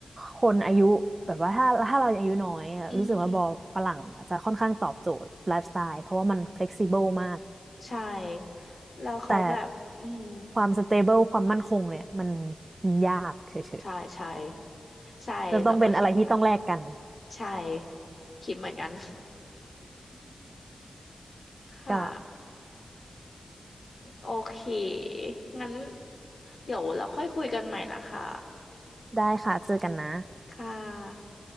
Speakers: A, on the right; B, on the left.
A: คนอายุแบบว่าถ้าถ้าเรายังอายุน้อยอะรู้สึกว่าบอลฝรั่งจะค่อนข้างตอบโจทย์ไลฟ์สไตล์เพราะว่ามัน
B: อืม
A: flexible มาก
B: ใช่ แล้วเขาแบบ
A: แต่
B: อืม
A: ความ stable ความมั่นคงเนี่ยมันมันยากเฉย
B: ใช่ใช่
A: ๆ
B: ใช่เราก็คิดเหมือนกัน
A: <laughs> ก็ต้องเป็นอะไรที่ต้องแลกกัน
B: ใช่ คิดเหมือนกัน ค่ะ
A: <laughs> ก็
B: โอเค งั้นเดี๋ยวเราค่อยคุยกันใหม่นะคะ
A: ได้ค่ะเจอกันนะ
B: ค่ะ